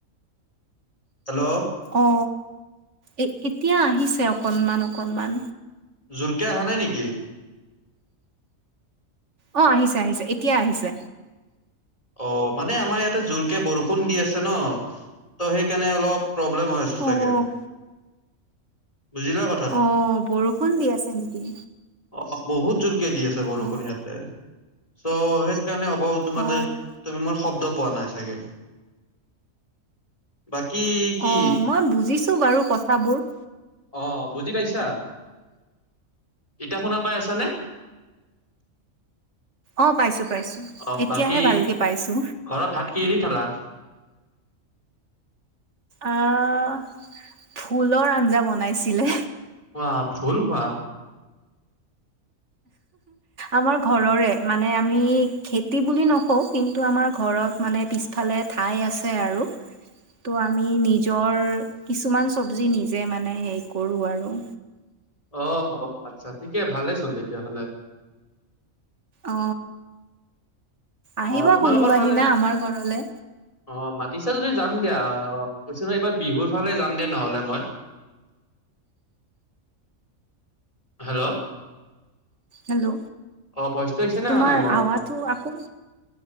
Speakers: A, on the left (about 25°); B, on the right (about 55°).
A: হেল্ল'
B: অ এ এতিয়া আহিছে অকনমান অকনমান।
A: জোৰকে অহা নাই নেকি?
B: অ আহিছে আহিছে এতিয়াই আহিছে।
A: অ মানে আমাৰ ইয়াতে জোৰকে বৰষুণ দি আছে ন ত সেইকাৰণে অলপ প্ৰব্লেম হৈ আছে চাগে,
B: অ'
A: বুজিলা কথা
B: অ বৰষুণ দি আছে নেকি?
A: অ বহুত জোৰকে দি আছে বৰষুণ
B: অ'।
A: ইয়াতে চ' সেইকাৰণে হ'ব তোমাৰ
B: অ'
A: তুমি মোৰ শব্দ পোৱা নাই চাগে। বাকী কি
B: অ মই বুজিছো বাৰু কথাবোৰ।
A: অ বুজি পাইছা? ইতা শুনা পাই আছানে? <unintelligible>
B: অ পাইছো পাইছো
A: অ
B: এতিয়াহে
A: বাকী
B: ভালকে পাইছো।
A: ঘৰত ভাত কিহেদি খালা?
B: আহ ভুলৰ আঞ্জা বনাইছিলে।
A: ৱা ভুল কোৱা?
B: আমাৰ ঘৰৰে মানে আমি খেতি বুলি নকওঁ কিন্তু আমাৰ ঘৰত মানে পিছফালে ঠাই আছে আৰু তো আমি নিজৰ কিছুমান চব্জি নিজে মানে হেৰি কৰোঁ আৰু।
A: অ অ আচ্ছা ঠিকে ভালেচোন তেতিয়াহ'লে।
B: অ, আহিবা
A: অ তোমালোকৰ
B: কোনোবা
A: ফালে
B: দিনা আমাৰ ঘৰলে।
A: অ মাতিছা যদি যাম দিয়া, অ কৈছো ন এইবাৰ বিহুৰ ফালে যাম দে নহলে মই। হেল্ল'?
B: হেল্ল'?
A: অ ভইচটো আহিছে নে
B: তোমাৰ
A: অহা নাই মোৰ
B: আৱাটো আকৌ